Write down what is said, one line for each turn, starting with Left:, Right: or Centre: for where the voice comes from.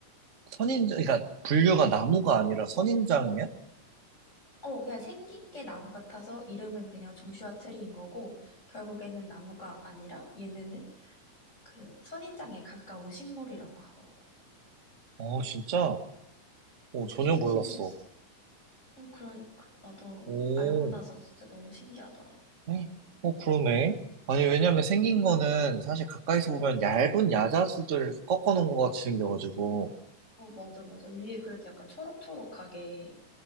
Right: 선인장, 그러니까 분류가 나무가 아니라 선인장이야?
Left: 어, 그냥 생긴 게 나무 같아서 이름은 그냥 조슈아 트리인 거고, 결국에는 나무가 아니라 얘네는 그 선인장에 가까운 식물이라고 하더라고.
Right: 아, 진짜? 오,
Left: 어,
Right: 전혀
Left: 진짜
Right: 몰랐어.
Left: 신기했었어. 어, 그러니까. 나도
Right: 오,
Left: 알고 나서 진짜 너무 신기하더라.
Right: 에? 어, 그러네. 아니, 왜냐면 생긴
Left: 응.
Right: 거는 사실 가까이서 보면 얇은 야자수들 꺾어놓은 것 같이 생겨가지고.
Left: 어, 맞아, 맞아. 위에 그래도 약간 초록초록하게